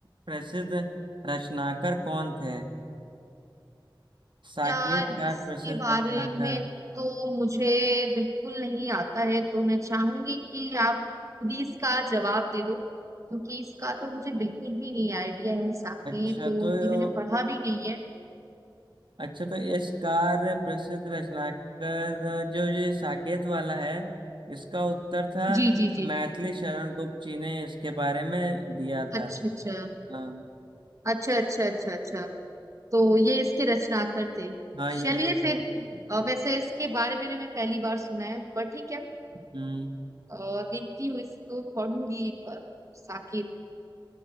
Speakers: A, on the right; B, on the right.
A: प्रसिद्ध रचनाकार कौन थे साकेत
B: यार
A: कार
B: इसके
A: प्रसिद्ध
B: बारे
A: रचनाकार
B: में तो मुझे बिल्कुल नहीं आता है तो मैं चाहूंगी कि आप प्लीज इसका जवाब दे दो क्योंकि इसका तो मुझे बिल्कुल भी नहीं आइडिया है साके
A: अच्छा
B: तो
A: तो यो-
B: ये मैंने पढ़ा भी नहीं है
A: अच्छा तो इस कार्य प्रसिद्ध रचनाकार जो ये साकेत वाला है इसका उत्तर था
B: जी जी जी
A: मैथिली शरण गुप्त जी ने इसके बारे में दिया था
B: अच्छा अच्छा
A: हाँ
B: अच्छा अच्छा अच्छा अच्छा तो ये इसके रचनाकार थे
A: हाँ यही
B: चलिए
A: मुझे
B: फिर
A: लगता है
B: अ, वैसे इसके बारे में मैं पहली बार सुना है पर ठीक है
A: हम्म
B: अ, देखती हूँ इसको पढ़ूंगी एक बार साकेत